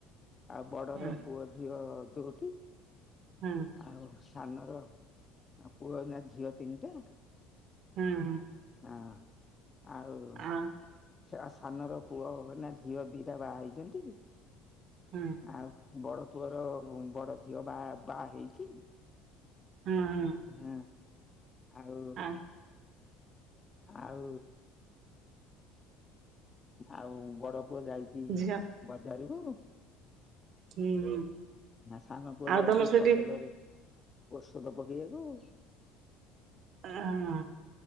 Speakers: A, on the left; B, on the right.
A: ଆଉ ବଡର
B: ହଁ
A: ପୁଅ ଝିଅ ଦୋ ଟି।
B: ହ।
A: ଆଉ ସାନରଆଉ ପୁଅ ନା ଝିଅ ତିନିଟା।
B: ହୁଁ।
A: ହଁ ଆଉ
B: ହଁ।
A: ସେ ସାନର ପୁଅ ନା ଝିଅ ଦିଟା ବାହା ହେଇଛନ୍ତି
B: ହୁଁ।
A: ଆଉ ବଡ ପୁଅର ବଡ ଝିଅ ବା ବାହା ହେଇଛି।
B: ହୁଁ ହୁଁ।
A: ହଁ। ଆଉ
B: ହଁ।
A: ଆଉ। ଆଉ ବଡ ପୁଅ ଯାଇଛି
B: ଝିଅ
A: ବଜାରକୁ
B: ହୁଁ ହୁଁ।
A: ସାନ ପୁଅ
B: ଆଉ
A: ଯାଇଛି
B: ତମର ସେଠି
A: ଫସଲରେ ଔଷଧ ପକେଇବାକୁ
B: ହଁ